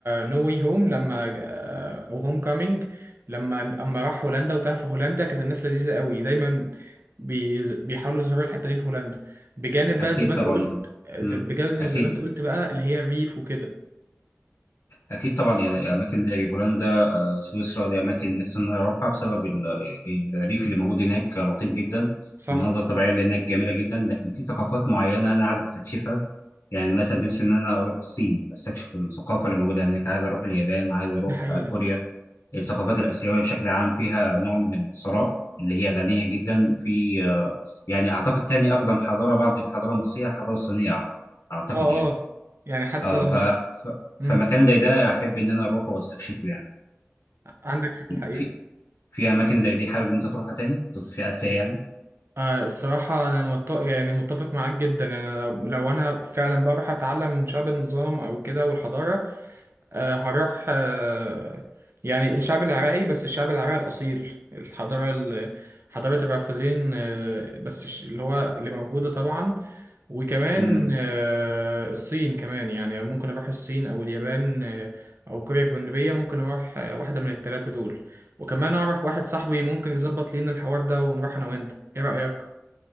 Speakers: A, on the right (about 55°); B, on the left (about 70°).
A: نو واي هوم لما آه، او هوم كامينج لما اما راح هولندا وتاه في هولندا كانت الناس لذيذه قوي دايما بي- بيحاولوا يظهروا الحته دي في هولندا بجانب بقى
B: اكيد
A: زي ما
B: طبعا
A: انت قلت آه،
B: مم.
A: زي- بجانب
B: اكيد
A: زي ما انت قلت بقى اللي هي الريف وكده
B: اكيد طبعا يعني اماكن زي هولندا سويسرا دي اماكن نفسي ان انا اروحها بسبب ال- الريف اللي موجود هناك لطيف جدا
A: صح
B: المناظر الطبيعيه اللي هناك جميله جدا لكن في ثقافات معينه انا عايز استكشفها يعني مثلا نفسي ان انا اروح الصين استكشف الثقافه اللي موجوده هناك عايز اروح اليابان عايز اروح
A: دي حقيقه
B: آه، كوريا الثقافات الاسيويه بشكل عام فيها نوع من الثراء اللي هي غنيه جدا في آه، يعني اعتقد تاني اقدم حضاره بعد الحضاره المصريه الحضاره الصينيه اعتقد أعتقد
A: اه
B: يعني
A: اه يعني حتى
B: آه،
A: لما
B: ف ف-
A: مم.
B: فمكان زي ده احب ان انا اروحه واستكشفه يعني
A: عندك حق الحقيقه
B: في في اماكن زي دي حابب إن انت تروحها تاني في في اسيا
A: آه، الصراحة أنا مت... يعني متفق معاك جدا أنا لو... لو أنا فعلا بقى رايح أتعلم من شعب النظام أو كده والحضارة أه هروح أه يعني الشعب العراقي بس الشعب العراقي الأصيل الحضارة ال... حضارة الرافدين أه بس الش- اللي هو اللي موجودة طبعا وكمان
B: يعني
A: أه الصين كمان يعني ممكن أروح الصين أو اليابان أه أو كوريا الجنوبية ممكن أروح أه واحدة من التلاتة دول وكمان أعرف واحد صاحبي ممكن يظبط لينا الحوار ده ونروح أنا وأنت إيه رأيك؟